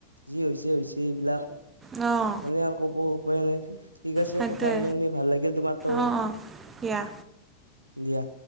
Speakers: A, on the right; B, on the right.
A: যি হৈছে হৈছে এইবিলাক।
B: অঁ।
A: মানে আৰু ক'ব উপায় নাই ঠিক আছে
B: সেইটোৱে
A: কথা শুনি শুনি ভাল লাগিল তোমাৰ ত পৰা।
B: অ', অ', দিয়া।
A: দিয়া।